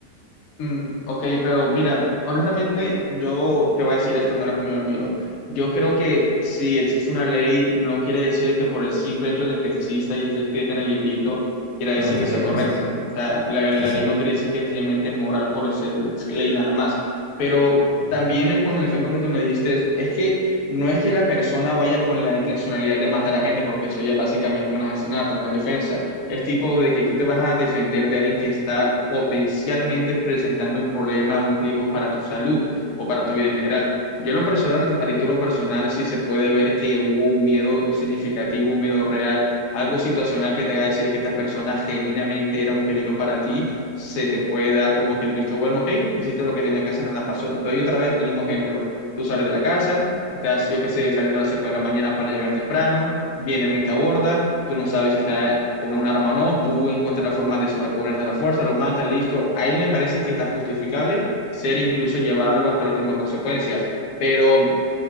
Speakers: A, on the left; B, on the right.
A: Mm, ok, pero mira, honestamente, yo te voy a decir esto, al menos como yo lo miro. Yo creo que si existe una ley, no quiere decir que por el simple hecho de que exista y esté escrita en el librito, quiera decir
B: No, está
A: que sea
B: bien,
A: correcta.
B: sí, sí.
A: O sea, la,
B: Sí,
A: la
B: sí.
A: ley no quiere decir que es sencillamente moral por ser ley nada más. Pero
B: Ujú.
A: también en- con el ejemplo que tú me diste, es, es que no es que la persona vaya con la intencionalidad de matar a gente, porque eso ya es básicamente un asesinato, no es defensa es tipo de que tú te vas a defender de alguien que está potencialmente presentando un problema, un riesgo para tu salud o para tu vida en general. Yo en lo personal, a título personal, sí se puede ver que hubo un miedo significativo, un miedo real, algo situacional que te haga decir que esta persona genuinamente era un peligro para ti, se te puede dar como que el visto bueno, ok, hiciste lo que tenías que hacer, nada pasó. Te doy otra vez el mismo ejemplo. Tú sales de la casa, estás, yo qué sé, saliendo a las 5 de la mañana para llegar temprano viene alguien te aborda, tú no sabes si está con un arma o no, tú encuentras la forma de sobreponerte a la fuerza, lo mata, listo. Ahí me parece que está justificable ser incluso llevarlo hasta las últimas consecuencias, pero